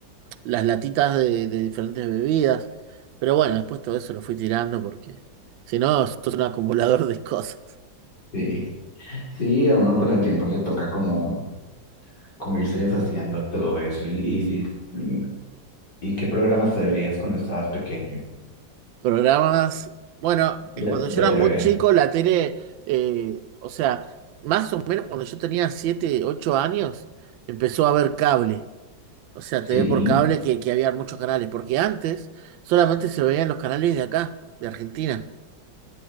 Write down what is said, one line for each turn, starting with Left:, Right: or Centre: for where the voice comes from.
Right: las latitas de, de diferentes bebidas. Pero bueno, después todo eso lo fui tirando porque si no, sos un acumulador de cosas.
Left: Sí. Sí, a uno con el tiempo le toca como, como irse deshaciendo de todo eso. ¿Y,
Right: Sí, sí.
Left: y, y qué programas te veías cuando estabas pequeño?
Right: programas. Bueno,
Left: De,
Right: eh, cuando
Left: de
Right: yo era
Left: TV.
Right: muy chico, la tele, eh, o sea, más o menos cuando yo tenía 7 8 años, empezó a haber cable. O sea, TV
Left: Sí.
Right: por cable que, que había muchos canales. Porque antes solamente se veían los canales de acá, de Argentina.